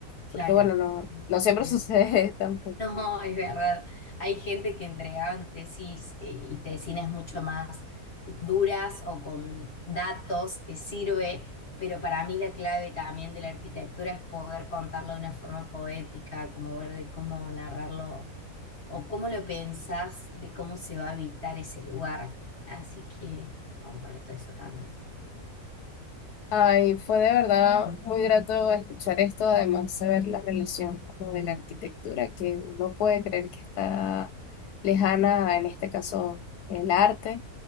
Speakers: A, on the left (about 45°); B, on the left (about 85°).
A: Claro,
B: Porque bueno, no,
A: es
B: no siempre
A: real.
B: <laughs> sucede
A: <laughs>
B: tampoco.
A: No, es verdad. Hay gente que entregaban tesis eh, y tesinas mucho más duras o con datos que sirve, pero para mí la clave también de la arquitectura es poder contarlo de una forma poética, como ver de cómo narrarlo o cómo lo pensás, de cómo se va a habitar ese lugar. Así que comparto eso también.
B: Ay, fue de verdad muy grato escuchar esto, además saber la relación como de la arquitectura, que uno puede creer que está lejana, en este caso el arte,